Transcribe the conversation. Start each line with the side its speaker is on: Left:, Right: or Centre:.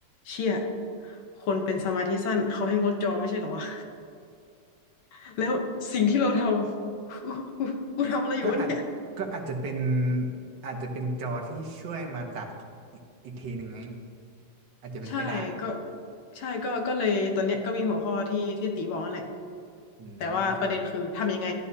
Left: เชี่ย คนเป็นสมาธิสั้นเขาให้งดจอไม่ใช่เหรอวะ <laughs> แล้วสิ่งที่เราทำ <laughs> กูกูทำอะไรอยู่วะเนี่ย
Right: ก็อาจก็อาจจะเป็นอาจจะเป็นจอที่ช่วยมาดัดอีกอีกทีหนึ่งไงอาจจะเป็นไปได้
Left: ใช่ก็ใช่ก็ก็เลยตอนเนี้ยก็มีหัวข้อที่ที่ตีบอกนั่นแหละ
Right: อืมครับ
Left: แต่ว่าประเด็นคือทำยังไง